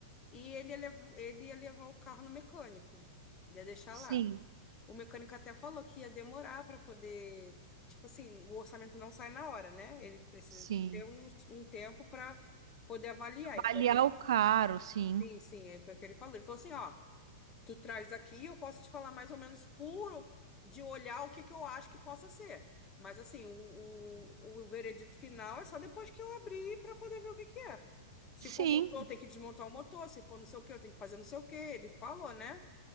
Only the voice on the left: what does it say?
e ele ia, lev- ele ia levar o carro no mecânico, ia deixar
lá. O mecânico até falou que ia demorar para poder, tipo assim, o orçamento não sai na hora, né? Ele precisa
de ter um, um tempo para poder avaliar. E como-
sim, sim, aí foi o que ele falou. Ele falou assim, ó, tu traz aqui, e eu posso te falar mais ou menos puro de olhar o que que eu acho que possa ser. Mas assim, o, o, o veredito final é só depois que eu abrir para poder ver o que que é. Se
for motor, eu tenho que desmontar o motor, se for não sei o que, eu tenho que fazer não sei o que. Ele falou, né?